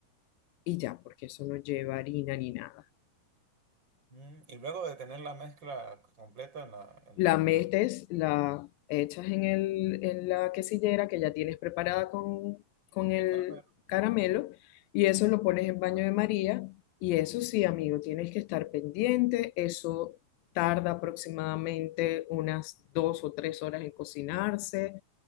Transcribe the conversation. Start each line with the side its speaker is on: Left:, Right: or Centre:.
Left: y ya, porque eso no lleva harina ni nada.
Right: Mm, Y luego de tener la mezcla completa en la, en
Left: La
Right: la,
Left: metes, la echas en el, en la quesillera que ya tienes preparada con, con el
Right: el caramelo.
Left: caramelo y eso lo pones en baño
Right: Ah,
Left: de María. Y eso sí, amigo, tienes que estar pendiente. Eso tarda aproximadamente unas dos o tres horas en cocinarse.